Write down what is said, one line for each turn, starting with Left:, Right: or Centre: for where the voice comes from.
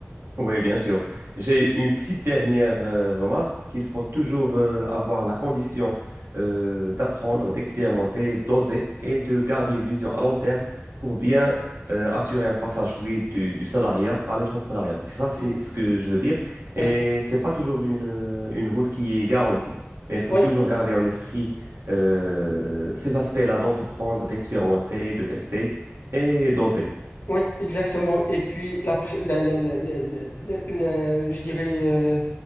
Right: Oui, bien sûr. J'ai une petite dernière euh, remarque qu'il faut toujours euh, avoir la condition euh, d'apprendre, d'expérimenter, d'oser et de garder une vision à long terme pour bien euh, assurer un passage, lui, du, du salariat à l'entrepreneuriat. C'est ça, c'est
Left: Oui,
Right: ce que je veux dire.
Left: oui,
Right: Et c'est pas toujours une, euh, une route qui est garantie, mais il faut
Left: oui,
Right: toujours garder en esprit euh, ces aspects-là d'entreprendre, d'expérimenter, de tester et d'oser.
Left: oui, exactement. Et puis, la, pré- la, la, la, la- la- la- la- je dirais, euh,